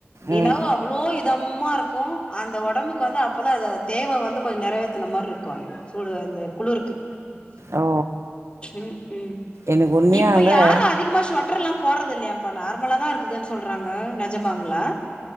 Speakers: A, on the left (about 25°); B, on the right (about 80°).
A: என்னவோ
B: ம்
A: அவ்ளோ இதமா இருக்கு அந்த ஒடம்புக்கு வந்து அ அதா அதா அத தேவ வந்து கொஞ்சோ நெறவேத்துன மாரி இருக்கு அந்த சூடு அந்த குளுருக்கு
B: ஓ
A: ம் ம்
B: எனக்கு உண்மையாக
A: இப்ப யாரு அதிகமா ஸொட்டர்ல்லா போறது இல்லையாம்ப்பா நார்மலா தா இருக்குதுன்னு சொல்றாங்க நெஜமாங்ளா